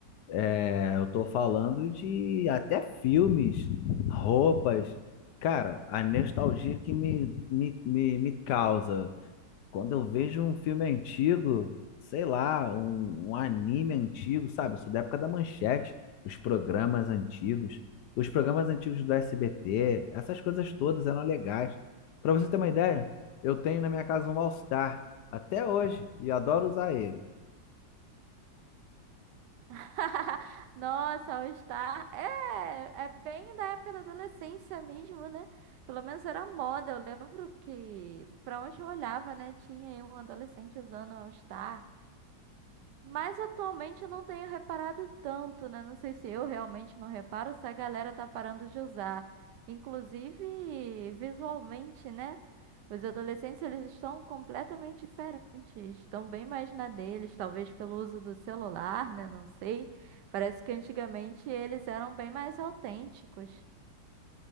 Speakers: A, on the left; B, on the right.
A: É, eu tô falando de até filmes, roupas. Cara, a nostalgia que me, me, me, me causa Quando eu vejo um filme antigo, sei lá, um, um anime antigo, sabe? Eu sou da época da Manchete, os programas antigos, os programas antigos do SBT, essas coisas todas eram legais. Pra você ter uma ideia, eu tenho na minha casa um All Star até hoje e adoro usar ele.
B: <laughs> Nossa, All-Star. É, é bem da época da adolescência mesmo, né? Pelo menos era moda. Eu lembro que pra onde eu olhava, né? Tinha aí um adolescente usando All-Star. Mas atualmente eu não tenho reparado tanto, né? Não sei se eu realmente não reparo ou se a galera tá parando de usar. Inclusive, visualmente, né? Os adolescentes, eles estão completamente diferentes, estão bem mais na deles, talvez pelo uso do celular, né? Não sei. Parece que antigamente eles eram bem mais autênticos.